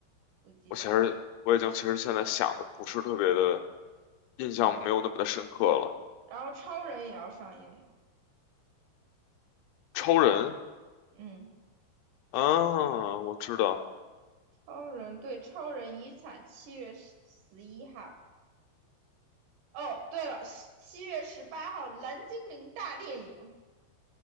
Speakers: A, on the right; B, on the left.
A: 不记得了。
B: 我其实我已经其实现在想的不是特别的印象，
A: 嗯，
B: 没有那么的深刻了。
A: 然后超人也要上映了。
B: 超人
A: 嗯。
B: 啊，我知道。
A: 超人对超人遗产七月十一号。哦，对了，七月十八号蓝精灵大电影。